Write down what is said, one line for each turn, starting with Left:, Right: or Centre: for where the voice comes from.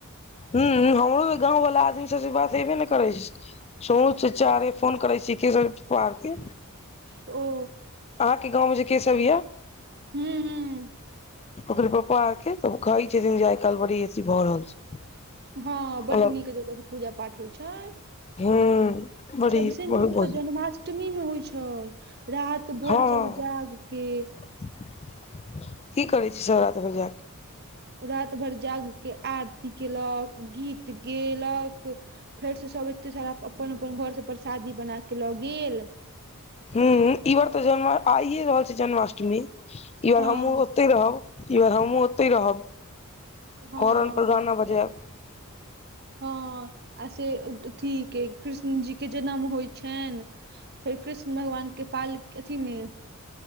Left: हूँ हमरो तऽ गाँवला आदमी सबसँ बात हयबे ने करै छै सुनू चचा रे फोन करै छी के पारके
Right: ओ
Left: अहाँके गाँं में जे के सब यए
Right: हूँ हूँ
Left: ओकरो पप्पा आर के तऽ कहै छै जे आइ काइल बड़ी एथी भऽ रहल छै
Right: हँ बड्ड
Left: मतलब
Right: नीक जगह से पूजा पाठ होइ छय
Left: हूँ बड़ी
Right: सबस
Left: बहुत
Right: नीक
Left: बड़ी
Right: तऽ जनमास अष्टमी मे होइ छै राइत भर
Left: हँ
Right: सब जाग के
Left: की करै छै सर तऽ बजा <unintelligible>
Right: राइत भरि जाग क आरती कयेलक गीत गयलक फेर से सभ एते सारा अपन अपन घर सब परसादी बना क लऽ गेल
Left: हं ई बार तऽ ज आइए रहल छै जन्माष्टमी ई
Right: हँ
Left: बार हमहुँ ओतइ रहब किार हमँ ओत्तहि रहब
Right: हँ
Left: हॉर्न पर गाना बजायब
Right: हँ आ से अथी के कृष्ण जी के जनम होइ छइन फेर कृष्ण भगवान के पाल अथीमें